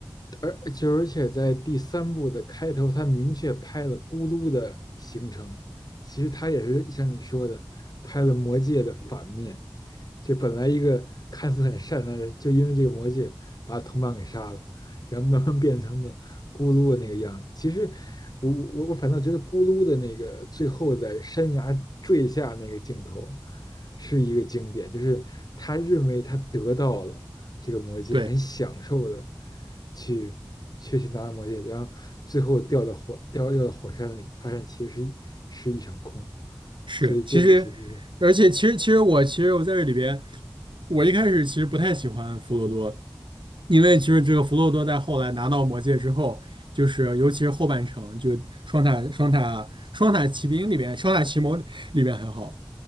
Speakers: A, on the left; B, on the right.
A: 而就而且在第三部的开头，他明确拍了咕噜的形成，其实他也是像你说的，拍了魔戒的反面。这本来一个看似很善良的人，就因为这个魔戒把他同伴给杀了，然后慢慢变成了咕噜的那个样子。其实我我我反倒觉得咕噜的那个最后在山崖坠下那个镜头是一个经典，就是他认为他得到了。这个魔戒，
B: 对。
A: 很享受的去去去拿到魔戒，然后最后掉到火掉掉到火山里，发现其实是是一场空，
B: 是，
A: 所以这个其实是
B: 其实，而且其实其实我其实我在这里边，我一开始其实不太喜欢弗罗多，因为其实这个弗罗多在后来拿到魔戒之后，就是尤其是后半程，就双塔双塔双塔奇兵里边，双塔奇谋里边还好，